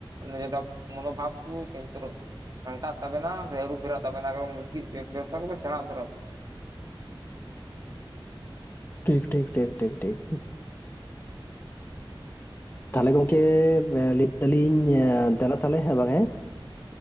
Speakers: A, on the right; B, on the left.
A: ᱮ ᱡᱟ ᱢᱚᱱᱳ ᱵᱷᱟᱵ ᱠᱚ ᱪᱮᱡ ᱩᱛᱟᱨᱚ ᱯᱟᱞᱴᱟᱜ ᱛᱟᱵᱮᱱᱟ ᱥᱮ ᱟᱹᱨᱩ ᱯᱷᱮᱨᱟᱜ ᱛᱟᱵᱮᱱᱟ ᱵᱮᱵᱥᱟ ᱠᱚᱯᱮ ᱥᱮᱬᱟ ᱩᱛᱟᱹᱨᱟ
B: ᱴᱷᱤᱠ ᱴᱷᱤᱠ ᱴᱷᱤᱠ ᱴᱷᱤᱠ ᱴᱷᱤᱠ ᱛᱟᱦᱚᱞᱮ ᱜᱚᱝᱠᱮ ᱞᱟᱹᱭ ᱫᱟᱞᱤᱧ ᱫᱮᱞᱟ ᱛᱟᱦᱚᱞᱮ ᱦᱮᱸ ᱵᱟᱝ ᱦᱮᱸ᱾